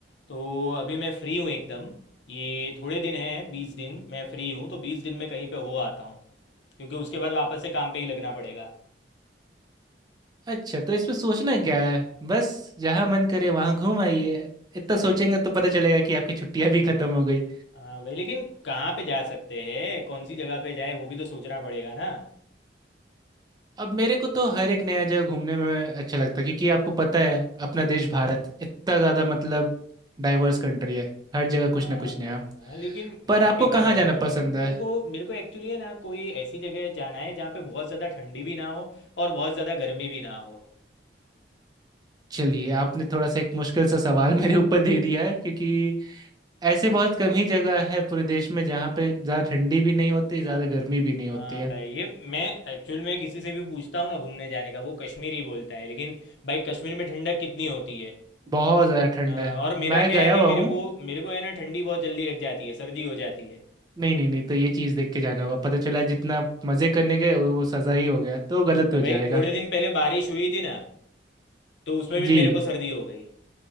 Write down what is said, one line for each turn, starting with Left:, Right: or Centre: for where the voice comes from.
Left: तो अभी मैं फ्री हूँ एकदम ये थोड़े दिन हैं बीस दिन मैं फ्री हूँ तो बीस दिन में कहीं पे हो आता हूँ क्योंकि उसके बाद वापस से काम पे ही लगना पड़ेगा
Right: अच्छा तो इसमें सोचना क्या है बस जहाँ मन करे वहाँ घूम आइए इतना सोचेंगे
Left: अरे
Right: तो पता चलेगा कि आपकी छुट्टियाँ भी खत्म हो गई
Left: हाँ भाई लेकिन कहाँ पे जा सकते हैं कौन सी जगह पे जाए वो भी तो सोचना पड़ेगा ना
Right: अब मेरे को तो हर एक नया जगह घूमने में अच्छा लगता है क्योंकि आपको पता है अपना देश भारत इतना ज़्यादा मतलब डाइवर्स कंट्री है हर जगह
Left: हाँ
Right: कुछ ना कुछ
Left: भाई
Right: नया
Left: हाँ लेकिन
Right: पर आपको
Left: आपकी बात
Right: कहाँ
Left: बराबर
Right: जाना
Left: है
Right: पसंद
Left: मेरे
Right: है
Left: को मेरे को एक्चुअली है ना कोई ऐसी जगह जाना है जहाँ पे बहुत ज़्यादा ठंडी भी ना हो और बहुत ज़्यादा गर्मी भी ना हो
Right: चलिए आपने थोड़ा सा एक मुश्किल सा सवाल मेरे ऊपर दे दिया है क्योंकि ऐसे बहुत कम ही जगह है पूरे देश में जहाँ पे ज़्यादा ठंडी भी नहीं होती ज़्यादा गर्मी भी नहीं होती
Left: हाँ
Right: है
Left: भाई ये मैं एक्चुअल में किसी से भी पूछता हूँ ना घूमने जाने का वो कश्मीर ही बोलता है लेकिन भाई कश्मीर में ठंडक कितनी होती है
Right: बहुत ज़्यादा ठंड
Left: हाँ,
Right: है
Left: और मेरा
Right: मैं
Left: क्या
Right: गया
Left: है कि
Right: हुआ
Left: मेरे
Right: हूँ
Left: को मेरे को है ना ठंडी बहुत जल्दी लग जाती है सर्दी हो जाती है
Right: नहीं नहीं नहीं तो ये चीज़ देख के जाना होगा पता चला जितना मज़े करने गए वो वो सज़ा ही हो गया तो गलत
Left: अरे
Right: हो
Left: भाई
Right: जाएगा
Left: थोड़े दिन पहले बारिश हुई थी ना तो उसमें भी
Right: जी
Left: मेरे को सर्दी हो गई